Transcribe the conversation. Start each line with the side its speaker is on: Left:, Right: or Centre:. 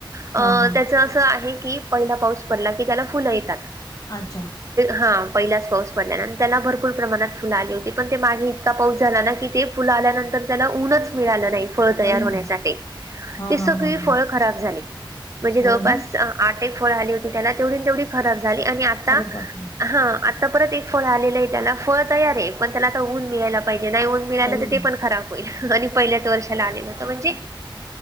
Right: अ
Left: हा हा.
Right: त्याच असं आहे की, पहिला पाऊस पडला की त्याला फुलं येतात.
Left: अच्छा
Right: हा पहिलाच पाऊस पडल्या अन् त्याला भरपूर प्रमाणात फुल आली होती, पण ते मागे इतका पाऊस झाला ना की, ते फुल आल्यानंतर त्याला ऊनच मिळालं नाही. फळ तयार
Left: आई
Right: होण्यासाठी.
Left: हा
Right: ते सगळी
Left: हा हा हा
Right: फळ खराब झाली म्हणजे
Left: हो
Right: जवळपास
Left: ना
Right: आठे एक फळ आली होती त्याला, तेवढी ला तेवढी खराब झाली आणि आता
Left: अरे बापरे
Right: हा परत एक फळ आलेलं आहे त्याला. फळ तयार आहे, पण त्याला आता ऊन मिळायला पाहिजे. नाही ऊन मिळालं
Left: आई
Right: तर, ते
Left: हा
Right: पण खराब होईल आणि पहिल्याच वर्षाला आलेलं होत म्हणजे